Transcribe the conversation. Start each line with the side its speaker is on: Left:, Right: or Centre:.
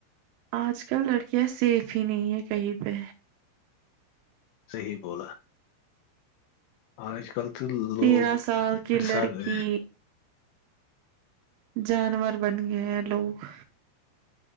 Right: آج کل لڑکیاں سیف ہی نہیں ہے کہیں پہ
Left: صحیح بولا آج کل تو
Right: تیرہ
Left: لوگ
Right: سال کی
Left: انسان
Right: لڑکی جانور بن گئے ہیں لوگ